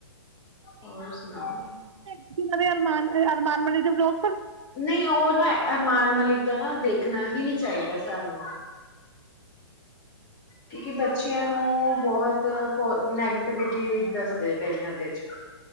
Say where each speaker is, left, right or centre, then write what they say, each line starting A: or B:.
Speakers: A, on the left; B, on the right.
A: ਹੋਰ ਸੁਣਾਓ?
B: ਜਿਹਨਾਂ ਦੇ ਅਰਮਾਨ, ਅਰਮਾਨ ਮਲਿਕ ਦੇ ਵਲੋਗ
A: ਨਹੀਂ ਉਹ ਨਾ ਅਰਮਾਨ ਮਲਿਕ ਦਾ ਨਾ ਦੇਖਣਾ ਹੀ ਨੀ ਚਾਹੀਦਾ ਸਾਨੂੰ। ਕਿਉਕਿ ਬੱਚਿਆਂ ਨੂੰ ਬਹੁਤ ਨੈਗੇਟਿਵਿਟੀ ਦੱਸਦੇ ਪਏ ਨੇ ਉਹਦੇ ਚ।